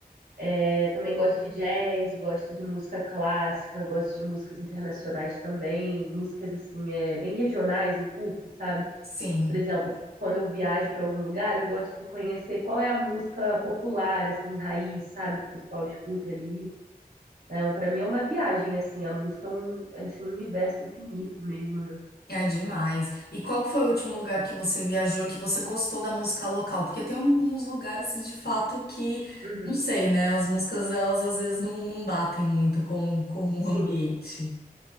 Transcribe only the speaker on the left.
Sim,
é demais. E qual foi o último lugar que você viajou que você gostou da música local? Porque tem alguns lugares de fato que,
não sei, né? As músicas elas às vezes não, não batem muito com, com
o ambiente.